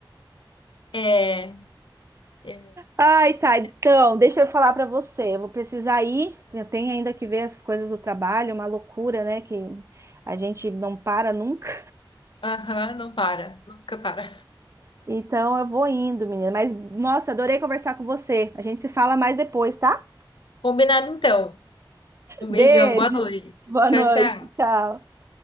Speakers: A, on the left; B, on the right.
A: É, é
B: Ai,
A: isso.
B: tá, então, deixa eu falar pra você, eu vou precisar ir, eu tenho ainda que ver as coisas do trabalho, uma loucura, né, que a gente não para nunca.
A: Aham, não para, nunca para.
B: Então eu vou indo, menina. Mas, nossa, adorei conversar com você. A gente se fala mais depois, tá?
A: Combinado então. Um
B: Beijo.
A: beijão, boa noite.
B: Boa
A: Tchau,
B: noite.
A: tchau.
B: Tchau.